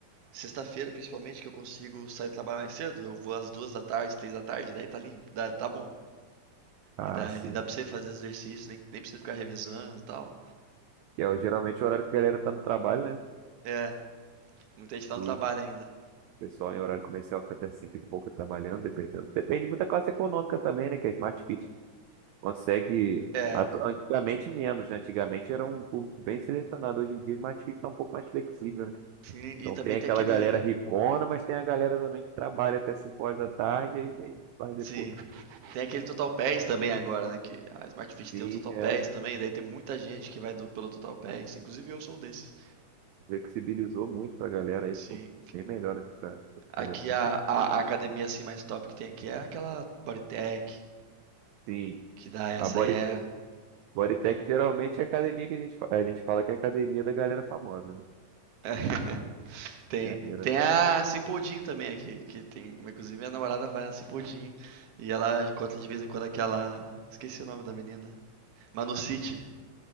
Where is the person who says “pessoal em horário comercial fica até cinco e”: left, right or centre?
Right